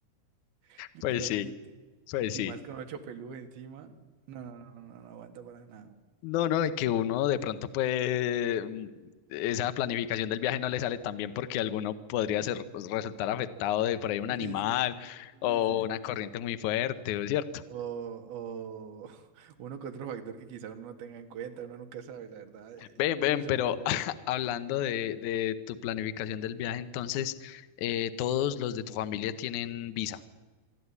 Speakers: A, on the right; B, on the left.
A: <laughs> literalmente.
B: Pues sí, pues
A: Y
B: sí.
A: más con ocho pelús encima. No, no, no, no, no aguanta para nada.
B: No, no, y que uno de pronto puede, mm, esa planificación del viaje no le sale tan bien porque alguno podría ser, pues, resultar afectado de por ahí un
A: Sí,
B: animal
A: sí, sí,
B: o
A: sí.
B: una corriente muy fuerte, ¿o es cierto?
A: O, o <laughs> uno que otro factor que quizá uno no tenga en cuenta, uno nunca sabe, la verdad, eh,
B: Ven, ven,
A: yéndose
B: pero
A: por el talento.
B: <laughs> hablando de, de tu planificación del viaje, entonces, eh, todos los de tu familia tienen visa